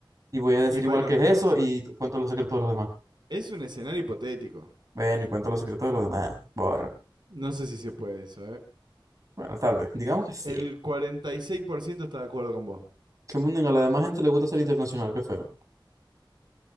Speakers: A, on the right (about 40°); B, on the right (about 60°).
A: Y voy a decir
B: Y bueno,
A: igual que
B: pero.
A: es eso y t- cuento los secretos de los demás.
B: Es un escenario hipotético.
A: Bueno, y cuento los secretos de los demás. Borra.
B: No sé si se puede eso, ¿eh?
A: Bueno, tal vez. Digamos que sí.
B: El 46% está de acuerdo con vos,
A: Que mundo a la demás gente le gusta ser internacional, qué feo.